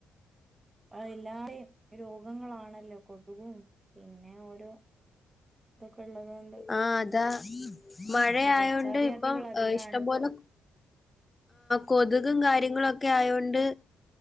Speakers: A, on the right; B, on the left.
A: അ എല്ലാ രോഗങ്ങളാണല്ലോ കൊതുകും പിന്നെ ഓരോ. ഇന്നത്തേകൊള്ളതായി
B: ആഹ് അതാ മഴയായോണ്ട്
A: പകർച്ചാവ്യാധികൾ
B: ഇപ്പം
A: അധികാണ്
B: ഇഷ്ടംപോലെ.
A: ഇപ്പൊ
B: കൊതുകും കാര്യങ്ങളൊക്കെ ആയൊണ്ട്.